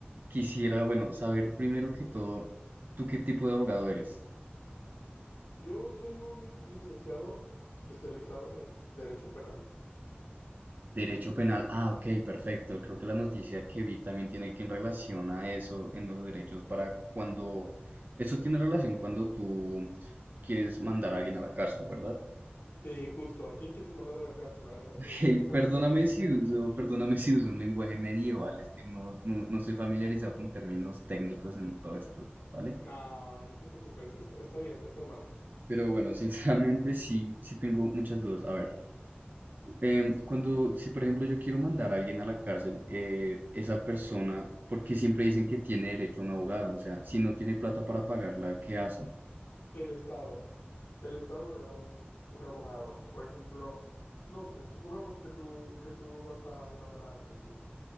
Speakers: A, on the right; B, on the left.
A: quisiera, bueno, saber primero que todo, ¿tú qué tipo de abogado eres?
B: Yo soy un licenciado especializado en Derecho Penal.
A: Derecho penal. Ah, ok, perfecto. Creo que la noticia que vi también tiene que en relación a eso, en los derechos para cuando... Eso tiene relación cuando tú quieres mandar a alguien a la cárcel, ¿verdad? <laughs>
B: Sí, justo, ¿a quién quieres mandar a la cárcel? A ver,
A: Ok,
B: <laughs> pregunta.
A: perdóname si uso, perdóname si uso un lenguaje medieval, es que no, no, no estoy familiarizado con términos técnicos en todo esto, ¿vale?
B: No, no te preocupes, está, está bien, es normal.
A: Pero bueno, <laughs> sinceramente sí, sí tengo muchas dudas. A ver. Em, cuando, si por ejemplo yo quiero mandar a alguien a la cárcel, eh, esa persona, porque siempre dicen que tiene derecho a un abogado, o sea, si no tiene plata para pagarla, ¿qué hace?
B: El Estado, el Estado le da un, un abogado. Por ejemplo, no sé, supongamos que tú, que tú vas a demandar a alguien, ¿sí?